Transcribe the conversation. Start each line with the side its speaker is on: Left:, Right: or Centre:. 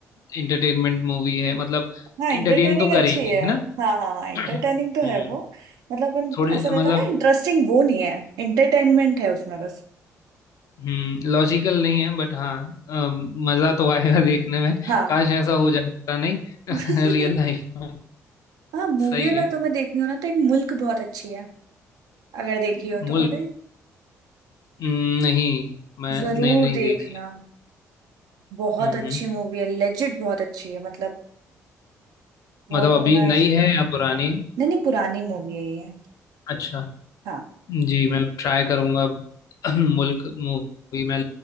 Left: एंटरटेनमेंट मूवी है मतलब
Right: हाँ
Left: एंटरटेन
Right: इंटरटेनिंग
Left: तो करेगी
Right: अच्छी है
Left: है ना
Right: हाँ हाँ हाँ इंटरटेनिंग
Left: <clears throat> हम्म
Right: तो है वो मतलब अपन
Left: थोड़े
Right: ऐसा रहता
Left: मतलब
Right: है ना इंटरेस्टिंग वो नहीं है इंटरटेनमेंट है उसमें बस
Left: हम्म लॉजिकल नहीं है बट हाँ अम, मजा तो आएगा देखने में
Right: हाँ
Left: काश ऐसा हो जाता नहीं <laughs>
Right: <laughs>
Left: रियल लाइफ में
Right: हाँ मूवी
Left: सही
Right: अगर
Left: है
Right: तुम्हें देखनी हो ना तो एक मुल्क बहुत अच्छी है अगर देखी हो तो
Left: मुल्क
Right: कभी
Left: हम्म, नहीं मैं
Right: जरूर
Left: नहीं नहीं
Right: देखना
Left: देखी
Right: बहुत
Left: हम्म
Right: अच्छी मूवी है लेजिट बहुत अच्छी है मतलब वो
Left: मतलब
Right: तो
Left: अभी
Right: मैं
Left: नई है या पुरानी
Right: नहीं नहीं पुरानी मूवी है ये
Left: अच्छा
Right: हाँ
Left: जी मैं ट्राई करूंगा <clears throat> मुल्क मूवी मैं